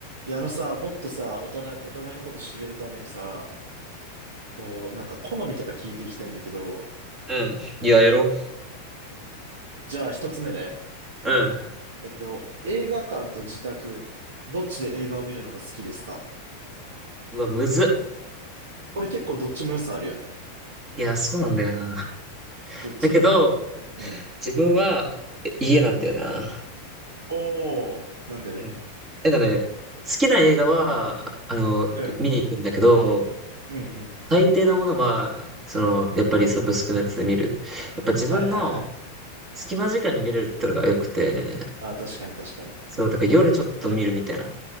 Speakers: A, on the right; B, on the right.
A: いや、あのさ、もっとさ、お互い、お互いのこと知れるためにさ、こう、なんか好みとか聞いていきたいんだけど、
B: うん。いや、やろ
A: じゃあ一つ目ね。
B: ううん。
A: えっと、映画館と自宅、どっちで映画を見るのが好きですか
B: うわ、むずっ。
A: これ結構どっちも良さあるよね。
B: いや、そうなんだよな。
A: どっち
B: だけど、
A: うん。
B: 自分はえ家なんだよな。
A: おー、なんで
B: うん。なんかね、好きな映画は、あの、
A: うん。
B: 見に行くんだけど、
A: うんうん。
B: 大抵のものは、その、やっぱりサブスクのやつで見る。やっぱ自分の
A: はいはいはい。
B: 隙間時間に見れるってのが良くて、
A: あ、確かに確かに。
B: そう、だから夜ちょっと見るみたいな。